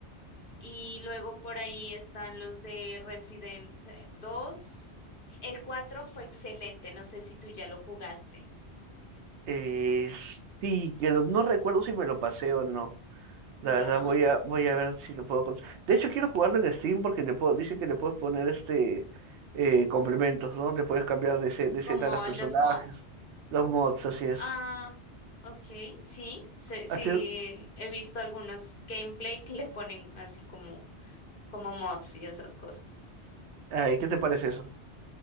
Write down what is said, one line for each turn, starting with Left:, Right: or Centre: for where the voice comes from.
Left: Y luego por ahí están los de Resident eh, dos El 4 fue excelente, no sé si tú ya lo jugaste.
Right: Eh, sí, que no no recuerdo si me lo pasé o no.
Left: ¿Ya?
Right: La verdad voy a, voy a ver si lo puedo cons- De hecho quiero jugarlo en Steam porque le puedo, dicen que le puedes poner este eh, complementos, ¿no? Le puedes cambiar de, se- de
Left: ¿Como
Right: seta a los personajes,
Left: los mods?
Right: los mods, así es.
Left: Ah, ok, sí, sí, sí,
Right: ¿A ti-
Left: he visto algunos gameplay que le ponen así como, como mods y esas cosas.
Right: ay, ¿qué te parece eso?